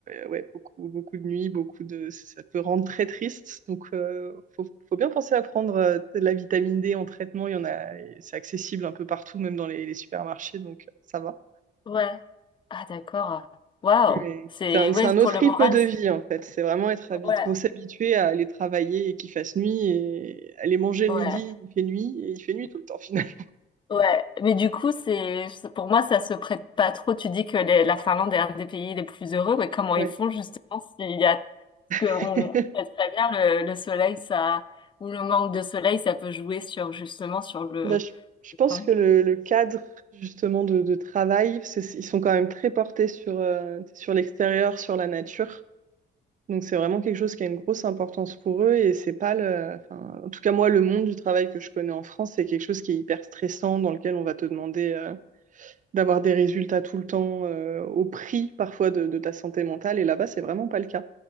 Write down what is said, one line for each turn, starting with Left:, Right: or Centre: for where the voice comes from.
Right: ouais, beaucoup, beaucoup de nuits, beaucoup de, ça peut rendre très triste. Donc, euh, faut, faut bien penser à prendre euh, de la vitamine D en traitement. Il y en a, c'est accessible un peu partout, même dans les, les supermarchés, donc euh, ça va.
Left: Ouais. Ah d'accord. Waouh.
Right: Mais
Left: C'est
Right: c'est un,
Left: ouais
Right: c'est un
Left: pour
Right: autre
Left: le
Right: rythme
Left: moral.
Right: de
Left: c'est-
Right: vie en fait. C'est vraiment être habitué.
Left: Ouais.
Right: Faut s'habituer à aller travailler et qu'il fasse nuit et aller manger
Left: Ouais.
Right: le midi, il fait nuit et il fait nuit tout le temps finalement.
Left: Ouais. Mais du coup c'est pour moi ça se prête pas trop. Tu dis que les- la Finlande est un des pays les plus heureux, mais comment
Right: Ouais.
Left: ils font justement s'il y a que on
Right: <laughs>
Left: sait très bien le, le soleil, ça, ou le manque de soleil, ça peut jouer sur justement sur le,
Right: Bah, je, je
Left: le
Right: pense
Left: temps.
Right: que le, le cadre justement de, de travail, c'est- ils sont quand même très portés sur, euh, sur l'extérieur, sur la nature. Donc c'est vraiment quelque chose qui a une grosse importance pour eux et c'est pas le, enfin, en tout cas moi, le monde du travail que je connais en France, c'est quelque chose qui est hyper stressant, dans lequel on va te demander euh, d'avoir des résultats tout le temps, euh, au prix parfois de, de ta santé mentale. Et là-bas, c'est vraiment pas le cas.